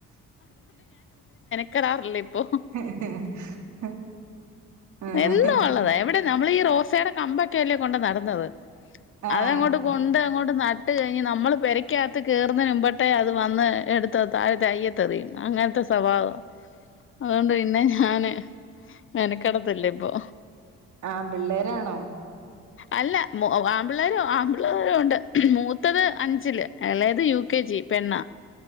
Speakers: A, on the left; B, on the right.
A: ക്കരാറില്ലേ ഇപ്പൊ
B: <unintelligible> ആഹ്
A: എന്നും ഉള്ളതാ എവിടെ നമ്മൾ ഈ റോസേടെ കമ്പൊക്കെല്ലേ കൊണ്ട് നടുന്നത്
B: ആഹ്
A: അതങ്ങോട്ട് കൊണ്ട് അങ്ങോട്ട് നട്ട് കഴിഞ്ഞ് നമ്മൾ പെരയ്ക്കകത്ത് കേറുന്ന മുമ്പട്ടേ അത് വന്ന് എടുത്ത് താഴെ തയ്യ ട്ട് എറിയും അങ്ങനത്തെ സ്വഭാവാ അതൊണ്ട് പിന്നെ ഞാനെ മെനകെട്ട് കിടത്തില്ലേ ഇപ്പൊ
B: ആഹ് പിള്ളേരാണോ
A: അല്ല ആമ്പള്ളേരോ ആമ്പിള്ളേരു ഉണ്ട് മൂത്തത് അഞ്ചില് എളേത് യൂ കെ ജി പെണ്ണ്